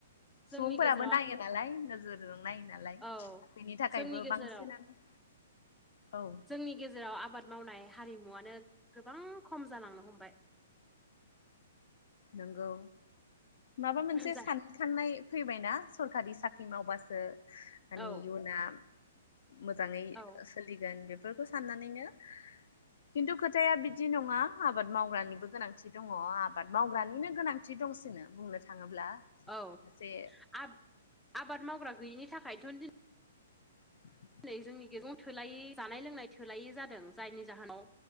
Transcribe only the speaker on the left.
सुबुंफोराबो
नायो नालाय नोजोरजों नायो नालाय
बेनि थाखायबो
बांसिनानो औ
नोंगौ माबा मोनसे
सान खांनाय फैबायना सरखारि साख्रि मावबासो माने
इयुना मोजाङै
सोलिगोन बेफोरखौ साननानैनो खिन्थु खोथाया बिदि नङा आबाद मावग्रानिबो गोनांथि दङ आबाद मावग्रानिनो गोनांथि दंसिनो बुंनो थाङोब्ला।
सासे
<inaudible>